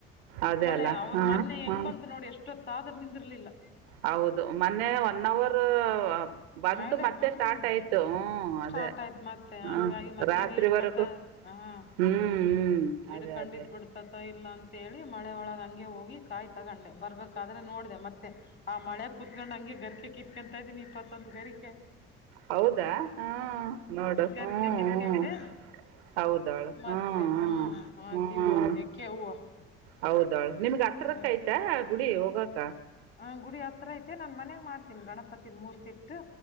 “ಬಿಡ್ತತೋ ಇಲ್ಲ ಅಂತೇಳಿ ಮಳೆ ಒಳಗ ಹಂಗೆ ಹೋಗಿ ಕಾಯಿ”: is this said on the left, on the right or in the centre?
Left